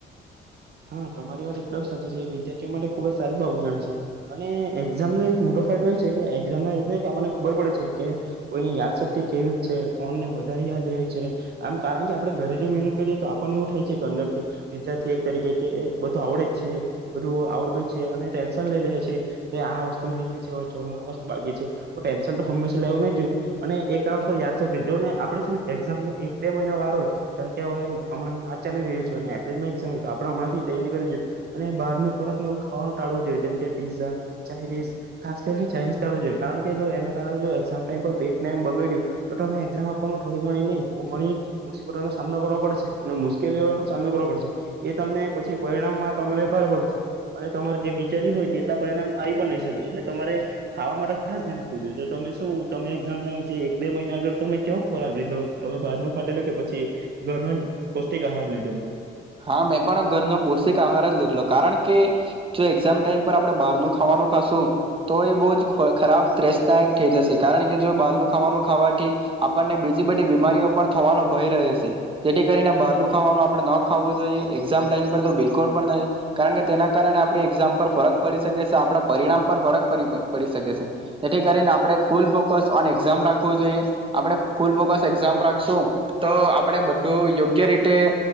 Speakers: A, on the right; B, on the right.
A: હા તમારી વાત એકદમ સાચી છે વિદ્યાર્થીઓ માટે ખુબ જ સારી બાબત જાણે છે અને એક્ઝામ નો એક મોટો ફાયદો એ છે કે એક્ઝામ ના આપણને ખબર પડે છે કે કોઈની યાદ શક્તિ કેવી છે કોણને વધારે યાદ રહે છે આમ કારણ કે આપણે ઘરે જો મહેનત કરીએ તો આપણને એવું થાય છે કે અંદર થી વિદ્યાર્થી તરીકે કે એ બધું આવડે જ છે બધું આવડતું જ છે અને ટેન્શન લઈ લે છેએ કે આ વસ્તુ રહી ગય છે આ વસ્તુ બાકી છે તો ટેન્શન તો હંમેશા લેવું નહી જોઈએ અને એ એક કારણસ યાદ રાખજ જો ને આપડે છે ને એક્ઝામ ન એક બે મહિનો વાર હોય કેવે હમણાં માચ ચાલી રહ્યું છે અને એપ્રિલમાં એક્ઝામ આપડે હમણાંથી તૈયારી કર છે અને બારનું ખોકને એવું ખાવાનું ટાળવું જોએ જેમ કે પીઝા ચાાઈનીઝ ખાસ કરીને ચાઇનીઝ ટાળવ જોઈએણ કે જો એના કારણે જો એઝામ ટાઈમ પર પેટમ બગાડ્યું તો તમે એઝામ આપવામાં થોડી ઘણી ન બ ઘણી મુસીબતો નો સામનો કરો પડશે અને મુશ્કેલીઓનોો સામનો કરવો પડશે એ તમને પછી પરિણામમાં તમારે ભાર પડે છે અને તમારે જે વિચારી્યું હોય તેટલા પરિણામ આવી પણ નહી શકે એટલે તમારે ખાવા માટે ખાસ ધ્યાન આપવું જોઈએ તો તમે શું તમે એઝામને જે એક બે મહિના આગળ તમે કેવ ખોરાક લીધેલો તમે બહાર ન ખાટેલો કે પછી ઘરનો જ પૌષ્ટિક આહાર લીધેલો
B: હા મેં પણ ઘરનો પૌષ્ટિક આહાર જ લીધલો કારણ કે જો એક્ઝામ ટાઈમ પર આપડણે બહાર નું ખાવાનું ખાશું તો એ બહુ જ ખરાબ ત્રેસતા થઈ જશે કારણ કે જો બહારનું ખાવાનું ખાવાથી આપણને બીજ બધી બીમારીઓ પણ થવાનો ભય રહે છે તેથી કરીને બારનું ખાવાનું આપણે ન ખું જોઈએ એક્ઝામ ટાઈમ પર તો બિલકુલ પણ નહીં કારણ કે તેના કારણે આપણી એક્ઝામ પર ફરક પડી શકે છે આપણા પરિણામ પર ફરકડી પડી શકે છે જેથી કરીને આપણે ફૂલ ફોકસ ઓન એક્ઝામ રાખું જોઈએ આપણે ફૂલ ફોકસ એક્ઝામ રાખશું તો આપણે બધું યોગ્ય રીતે